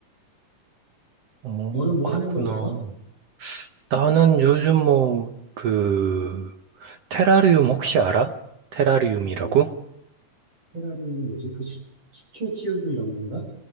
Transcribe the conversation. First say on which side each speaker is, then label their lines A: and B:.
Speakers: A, on the right; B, on the right.
A: 어,
B: 너는 뭐
A: 그렇구나.
B: 하는 거 있어?
A: 나는 요즘 뭐, 그, 테라리움 혹시 알아? 테라리움이라고?
B: 어, 페라리는 뭐지? 그 수, 수초 키우고 이런 건가?